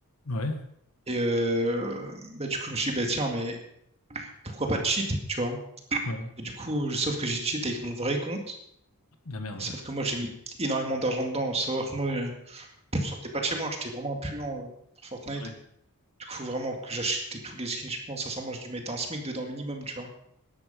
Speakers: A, on the left; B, on the right.
A: Ouais,
B: Et euh, bah, du coup, je me suis dit, bah, tiens, mais pourquoi pas cheat, tu vois?
A: ouais,
B: Et du coup, je- sauf que j'ai cheat avec mon vrai compte.
A: la merde.
B: Et sauf que moi, j'ai mis énormément d'argent dedans. Faut Savoir que moi, euh, je sortais pas de chez moi. J'étais vraiment un puant euh, pour Fortnite.
A: Ouais.
B: Du coup, vraiment, que j'achetais tous les skins, je pense, sincèrement, j'ai dû mettre un SMIC dedans minimum, tu vois.